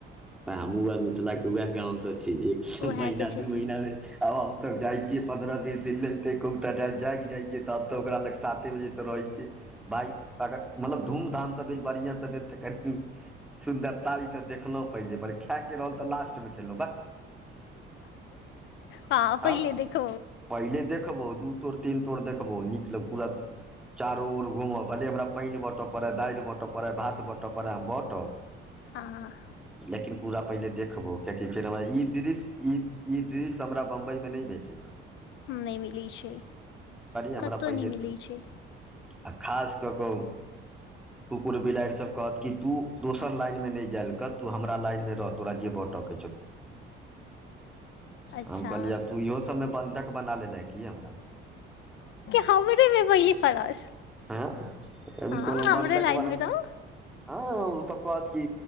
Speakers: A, in the centre; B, on the left.
A: आ हमहूँ वएह मिथिलाे उएह गाँव सँ छी एक स
B: उएह
A: महीना
B: तऽ छथिन
A: दू महीना में आब हम तऽ जाइ छियै पन्द्रह बीस दिन लेल तऽ एक गोटा जाागि जाइ छियै तब तऽ ओक लग साते बजेसँ रहै छियै बाइक अगर मतलब धूम धामसँ भेल बढ़िआँ सँ भेल तऽ कनि सुन्दरताइ सँ देखलहुँ पहिले पर खाय के रहल तऽ लास्ट में खेलहुँ ब
B: प
A: हम
B: पहिले देख
A: पहिले देखबौ दू तोड़ तीन तोर देखबौ नीक लग पूरा चारो ओर घूमब कहली हमरा पानि बटय पड़य दालि बँटय पड़ैय भात बँटय पड़ै हम बाँटब
B: आ ह
A: लेकिन पूरा पहिने देखबो कियकि फेर हमरा ई दृश्य ई ई दृश्य हमरा बं्बईमे नहि भेटल वोह <inaudible>
B: नहि मिलैए छै
A: हमरा
B: कतउ
A: पहिले
B: नहि मिलैत छै
A: आ खास कऽ कऽ कुकुर बिलाड़ि सब कहत कि तू दोसर लाइन में नहि जाइल कर तू हमरा लाइन में रह तोरा जे भँटक
B: अच्छा
A: हम कहलियै आब तू इहो सभमे बन्धक बना लेलह की हमरा
B: हमबरेमे बहिली फरस
A: हँ अभी
B: हँ
A: कोनो
B: हमरे
A: बन्धक
B: लाइनमे
A: बला
B: तऽ
A: हँ सब कहात किी